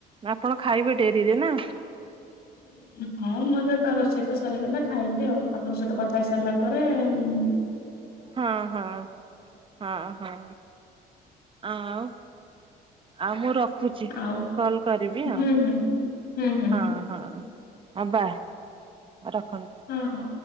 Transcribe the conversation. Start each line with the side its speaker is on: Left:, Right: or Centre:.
Right: ଆପଣ ଖାଇବେ ଡେରିରେ ନା?
Left: <inaudible> ହଁ ମୁଁ ଏବେ କ ସହିତ ସରିଗଲେ ଖାଇବି ଆଉ ଆପଣଙ୍କ ସହିତ କଥା ହେଇ ସାରିଲା ପରେ ଉଁ
Right: ହଁ ହଁ ହଁ ହଁ ଆଉ। ଆଉ ମୁଁ ରଖୁଛି
Left: ଆଉ
Right: କଲ କରିବି
Left: ହୁଁ
Right: ଆଉ।
Left: ହୁଁ ହୁଁ ହୁଁ
Right: ହଁ
Left: ହୁଁ
Right: ହଁ ଆଉ ବାଏ ରଖନ୍ତୁ।
Left: ହଁ ହଁ।